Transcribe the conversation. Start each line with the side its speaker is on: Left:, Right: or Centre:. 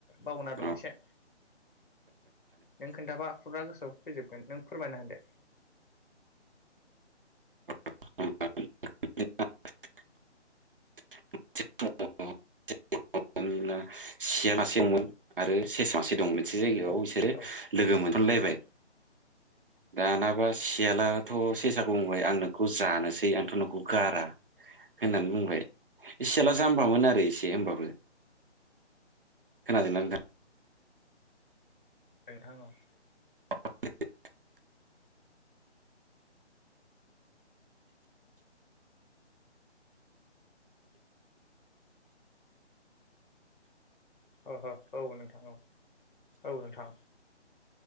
Left: बावना दं
Right: औ
Left: एसे नों खोन्थाबा फुरा गोसोआव फैजोबगोन नों। फोरमायना होदो।
Right: <unintelligible> <unintelligible> सियालासे दंमोन आरो सेस मासे दंमोन। मोनसे जायगायाव
Left: औ
Right: इसोरो
Left: औ
Right: लोगो मोनलायबाय।
Left: औ
Right: दाना बा सियालाथ' से साखौ। बुंबाय आं नोंखौ जानोसै आंथ' नोंखौ गारा होननानै बुं इ सियाला जाम्बामोन आरो। इसे होमबाबो। खोनादों ना नोंथां?
Left: नोंथां औ।
Right: <unintelligible>
Left: अ ह। औ नोंथां औ औ नोंथां।